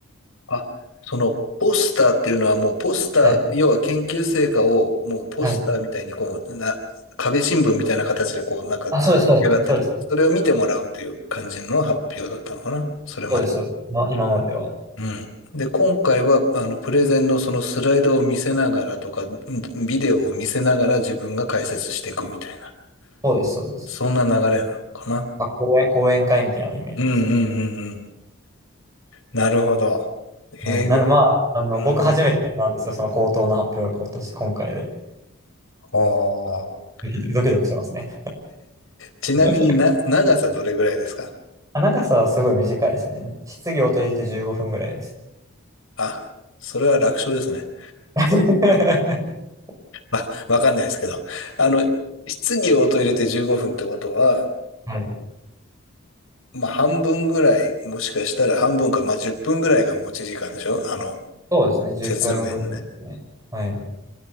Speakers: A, on the left; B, on the right.
A: あ、あ、そのポスターっていうのはもうポスター、
B: はい。
A: 要は研究成果をもうポスターみたいにこう、
B: はい。
A: な、壁新聞みたいな形でこう、なんか出来上がってる。
B: あ、そうです、そうです。そうです。
A: それを見てもらうっていう感じの発表だったのかな、それまで。
B: そうです。まあ、今までは。
A: うん。で、今回は、あの、プレゼンのそのスライドを見せながらとか、んビデオを見せながら自分が解説していくみたいな、
B: そうです、そうです。
A: そんな流れなのかな。
B: まあ、講演、講演会みたいなイメージですね。
A: うんうんうんうん。なるほど。英語。
B: はい。なので、まあ、あの、
A: うん。
B: 僕初めてなんですよ、その口頭の発表が今年、今回で。
A: ほー
B: ドキドキドキドキしますね。
A: ちなみにな、
B: <laughs>
A: 長さどれぐらいですか
B: あ長さはすごい短いですね。質疑応答入れて15分ぐらいです。
A: あ、それは楽勝ですね。
B: <laughs>
A: あ、わかんないですけど。あの、質疑応答入れて15分ってことは、
B: はい。
A: まあ半分ぐらい、もしかしたら半分か、まあ10分ぐらいが持ち時間でしょあの、
B: そうですね、10分ぐらいですね。
A: 説明のね。
B: はい。